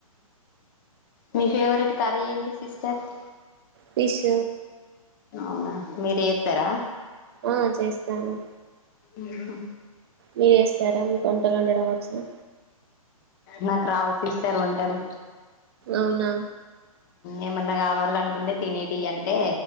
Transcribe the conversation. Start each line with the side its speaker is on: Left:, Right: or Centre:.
Left: మీ ఫేవరెట్ కర్రీ ఏంటి సిస్టర్ <inaudible>
Right: ఫిష్
Left: అవునా మీరు చేస్తారా
Right: ఆ చేస్తాను
Left: ఉహుహ్
Right: మీయస్ సారా మీకు వంటలు ఉండడం వచ్చా
Left: నాకు రావు సిస్టర్ వంటలు
Right: అవునా
Left: ఏమన్నా కావాల అనుకుంటే తినేటి అంటే